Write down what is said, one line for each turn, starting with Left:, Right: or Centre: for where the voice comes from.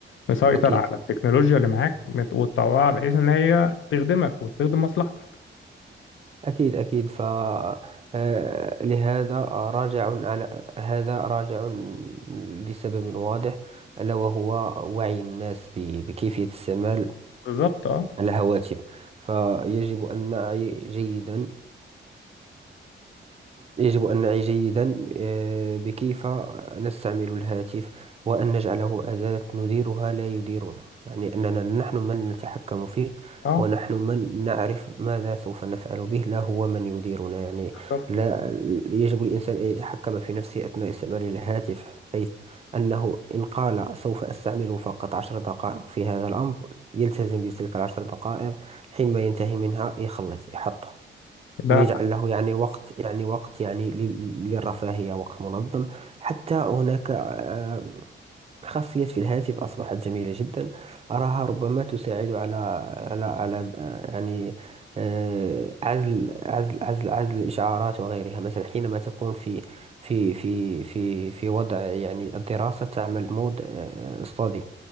Left: مسيطر
Right: أكيد
Left: على التكنولوجيا اللي معاك مت- وتطوعها بحيث ان هي تخدمك وتخدم مصلحتك
Right: أكيد أكيد ف آه، لهذا راجع على هذا راجع لسبب واضح ألا وهو وعي الناس ب- بكيفية استعمال
Left: بالظبط اه
Right: الهواتف فيجب أن نعي جيدا يجب أن نعي جيدا آه، بكيف نستعمل الهاتف وأن نجعله أداة نديرها لا يديرنا يعني أننا نحن من نتحكم فيه
Left: اه
Right: ونحن من نعرف ماذا سوف نفعل به لا هو من يديرنا يعني
Left: بالظبط
Right: لا يجب الإنسان أن يتحكم في نفسه أثناء استعمال الهاتف حيث أنه إن قال سوف أستعمل فقط عشر دقائق في هذا الأمر يلتزم بتلك العشر دقائق حينما ينتهي منها يخلص يحطه
Left: ده
Right: ويجعل له يعني وقت يعني وقت يعني لل- للرفاهية وقت منظم حتى هناك آه، خاصية في الهاتف أصبحت جميلة جدا أراها ربما تساعد على على على آه، يعني آه، عزل عزل عزل عزل الإشعارات وغيرها مثلا حينما تكون في في في في في وضع يعني الدراسة تعمل مود آه، study